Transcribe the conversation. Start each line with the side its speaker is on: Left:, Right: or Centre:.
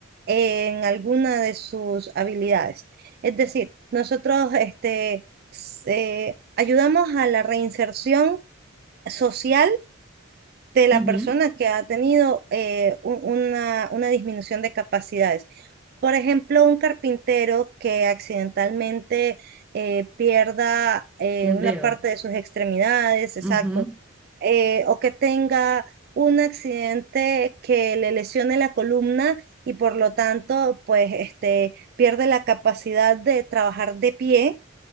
Right: en alguna de sus habilidades. Es decir, nosotros este, s- eh, ayudamos a la reinserción social de la
Centre: Ujú,
Right: persona que ha tenido eh, un- una, una disminución de capacidades. Por ejemplo, un carpintero que accidentalmente eh, pierda eh,
Centre: Un
Right: una
Centre: dedo.
Right: parte de sus extremidades, exacto,
Centre: ujú,
Right: eh, o que tenga un accidente que le lesione la columna y por lo tanto, pues, este, pierde la capacidad de trabajar de pie